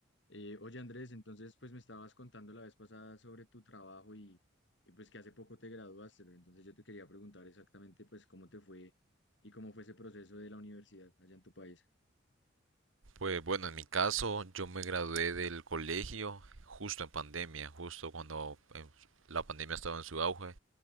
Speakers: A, on the left; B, on the right.
A: Eh, oye Andrés, entonces pues me estabas contando la vez pasada sobre tu trabajo y, y, pues que hace poco te graduaste, pero entonces yo te quería preguntar exactamente pues cómo te fue y cómo fue ese proceso de la universidad allá en tu país.
B: Pues bueno, en mi caso yo me gradué del colegio justo en pandemia, justo cuando em, la pandemia estaba en su auge,